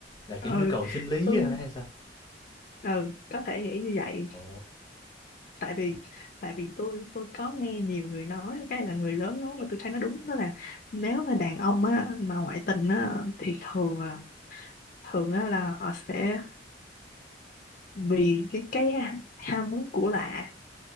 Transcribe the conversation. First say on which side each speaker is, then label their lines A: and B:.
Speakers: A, on the left (about 25°); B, on the left (about 45°).
A: Là, kiểu,
B: ừ
A: nhu cầu sinh lý
B: tôi
A: hả hay sao?
B: ừ có thể nghĩ như vậy
A: Ồ,
B: tại vì tại vì tôi tôi có nghe nhiều người nói cái này là người lớn nói và tôi thấy nó đúng đó là nếu mà đàn ông á mà ngoại tình á thì thường là thường á là họ sẽ vì cái cái ham muốn của lạ